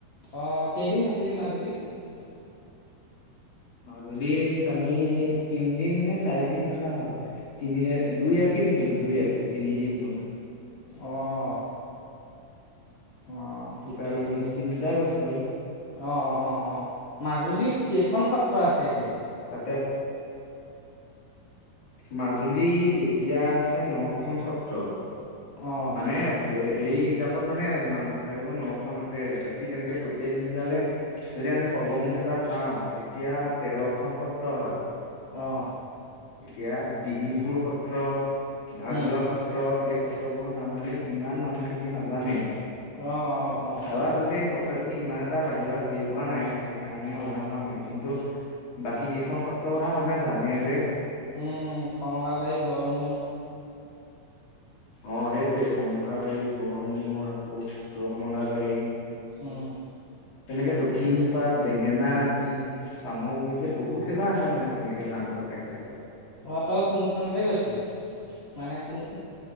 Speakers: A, on the left; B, on the left.
A: অ কেইদিন থাক থাকিলি মাজুলীত?
B: মাজুলীত আমি তিনদিন নে চাৰিদিন থকা হ'ল। তিনি দুই আতি থাকিলো। দুই ৰাতি তিনিদিন হ'ল।
A: অঁ। অঁ ঠিকেই
B: তাত আমি
A: ঠিকেই
B: তিনিটা গৈছিলো
A: অঁ অ অঁ অঁ। মাজুলীত কেইখন সত্ৰ আছে এতিয়া?
B: তাতে মাজুলীত এতিয়া আছে ন খন সত্ৰ।
A: অঁ
B: মানে হেৰি হিচাপত মানে নাম থকা হিচাপত ন খন আছে। বাকী তেনেকে টুটেল মিলালে যদি আমি সৰ্বমুঠ এটা চাওঁ তেতিয়া তেৰখন সত ট্ৰ হয়।
A: আহ।
B: এতিয়া বিহীমপুৰ সত্ৰ ভাগ
A: উম
B: লোৱা সত্ৰ এই উ্তৱৰ নাম মানে ইমান মানুহখিনিয়ে নাজানে।
A: অঁ অঁ অঁ
B: আৰু আচলতে স সত্ৰখিনি ইমান এটা বাহিৰত হেৰি হোৱা নাই। কাৰণে
A: অঁ
B: জনা হোৱা নাই কিন্তু বাকী কেইখন সত্ৰৰ কথা মানুহে জানে যে।
A: উম কমলাবাৰী, গড়মূৰ
B: অ সেইটোৱে কমলাবাৰী গড়মূৰ আকৌ উত্তৰ কমলাবাৰী
A: উম
B: তেনেকে দক্ষিণ পাট, বেঙেনা আটি চাম গুৰি এই বহুত কেইখন আছে মানে তেনেকে নাম থকা হিচাপত।
A: অঁ তই কোনখনলৈ গৈছিলি? মানে কোনখন